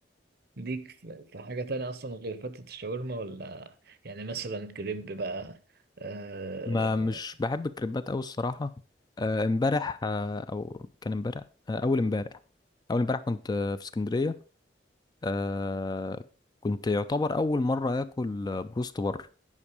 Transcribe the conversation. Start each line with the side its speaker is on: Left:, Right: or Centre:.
Right: ليك في في حاجة تانية أصلا غير فتة الشاورما ولا يعني مثلا كريب بقى آه...
Left: ما مش بحب الكريبات قوي الصراحه آه، امبارح آه، او كان امبارح آه، اول امبارح اول امبارح كنت آه، في اسكندريه آه، كنت يعتبر اول مره اكل آه، بروست بره